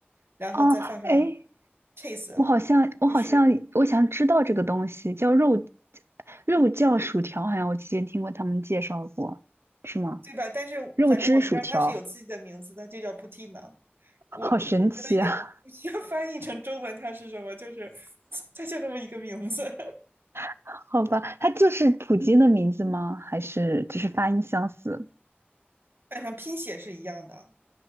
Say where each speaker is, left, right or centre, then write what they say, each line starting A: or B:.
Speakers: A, on the right (about 65°); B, on the right (about 85°).
A: 然后再放上
B: 哦，哎，
A: cheese，
B: 我好像我好像我想知道这个东西叫肉
A: 就是
B: 肉酱薯条，好像我之前听过他们介绍过，是吗？
A: 对吧？但是反正我们这儿它是有自己的名字的，
B: 肉汁薯条，
A: 就叫 poutine。我我觉得也不需要翻译成中文，
B: 好神奇啊！
A: 它是什么？就是 <laughs> 它就这么一个名字。<laughs>
B: <laughs> 好吧，它就是普京的名字吗？还是只是发音相似？
A: 本上拼写是一样的。